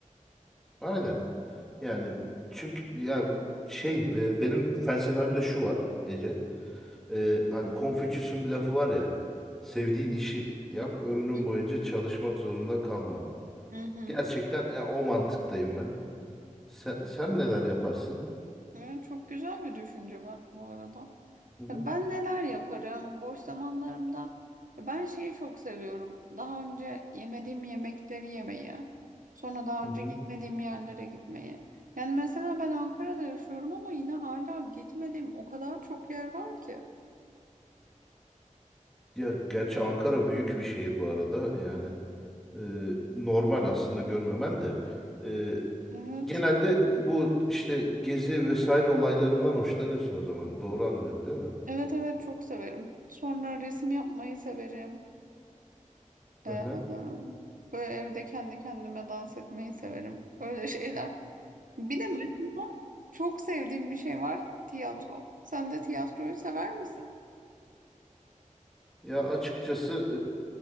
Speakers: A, in the centre; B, on the right.
A: Aynen. Yani çünkü ya şey e, benim felsefemde şu var Ece. E, hani Konfüçyüs'ün bir lafı var ya. Sevdiğin işi yap, ömrün
B: Hı hı.
A: boyunca çalışmak zorunda kalma.
B: Hı hı.
A: Gerçekten e, o mantıktayım ben. Sen, sen neler yaparsın?
B: Evet, çok güzel bir düşünce var bu arada.
A: Hı hı.
B: Ya Ben neler yaparım boş zamanlarımda? Ya Ben şeyi çok seviyorum. Daha önce yemediğim yemekleri yemeyi. Sonra daha
A: Hı hı.
B: önce gitmediğim yerlere gitmeyi. Yani mesela ben Ankara'da yaşıyorum ama yine hala gitmediğim o kadar çok yer var ki.
A: Ya gerçi Ankara büyük bir şehir bu arada. Yani e, normal aslında görmemen de. E,
B: Evet.
A: genelde bu işte gezi vesaire olaylarından hoşlanıyorsun o zaman. Doğru anlıyorum değil mi?
B: Evet evet çok severim. Sonra resim yapmayı severim. Ee,
A: Hı hı.
B: böyle evde kendi kendime dans etmeyi severim. Öyle <laughs> şeyler. Bir de mesela çok sevdiğim bir şey var. Tiyatro. Sen de tiyatroyu sever misin?
A: <laughs> Ya açıkçası